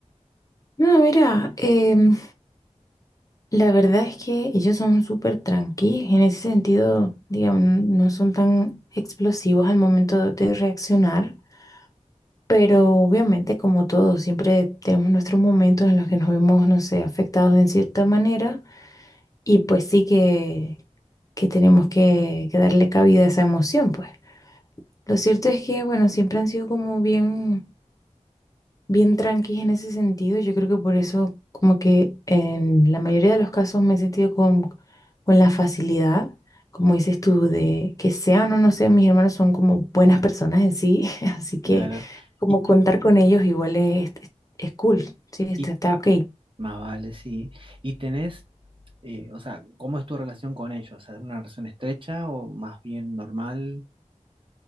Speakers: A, on the left (about 25°); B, on the right (about 45°).
A: No, mira, em, La verdad es que ellos son súper tranquilos, en ese sentido, digamos, no son tan explosivos al momento de reaccionar, pero obviamente como todos, siempre tenemos nuestros momentos en los que nos vemos, no sé, afectados en cierta manera y pues sí que, que tenemos que, que darle cabida a esa emoción, pues. Lo cierto es que, bueno, siempre han sido como bien bien tranquis en ese sentido. Yo creo que por eso, como que en la mayoría de los casos me he sentido con, con la facilidad, como dices tú, de que sean o no sean, mis hermanos son como buenas personas en sí, <laughs> así
B: Claro.
A: que como
B: Y,
A: contar con ellos igual es, es, es cool, sí, está,
B: y
A: está ok.
B: más vale, sí. Y tenés, eh, o sea, ¿cómo es tu relación con ellos? ¿Es una relación estrecha o más bien normal?